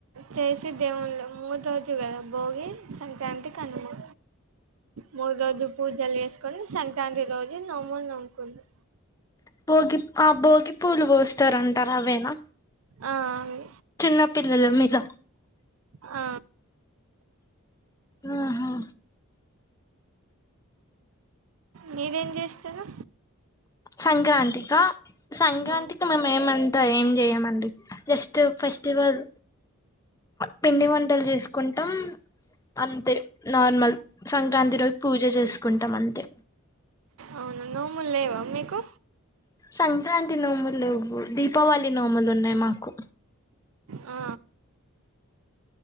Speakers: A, on the right; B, on the left.
A: చేసి దేవులు మూడు రోజుగా భోగి సంక్రాంతి కనుమా మూడు రోజు పూజలు చేసుకొని సంక్రాంతి రోజు నోములు నొముకుంటాం
B: భోగి ఆ భోగి పూలు పోస్తారంటార అవేనా
A: ఆ, అవి.
B: చిన్నపిల్లలు మీద
A: ఆ,
B: ఆహా
A: మీరేం చేస్తారు
B: సంక్రాంతిక సంక్రాంతికి
A: ఆ,
B: మేమ ఏమ ఏం చేయమండి జస్ట్ ఫెస్టివల్ పిండి వంటలు చేసుకుంటాం అంతే నార్మల్ సంక్రాంతి రోజు పూజ చేసుకుంటాం అంతే
A: అవునా నోములు లేవా మీకు
B: సంక్రాంతి నోములువవు దీపావళి నోములు ఉన్నాయి మాకు
A: ఆ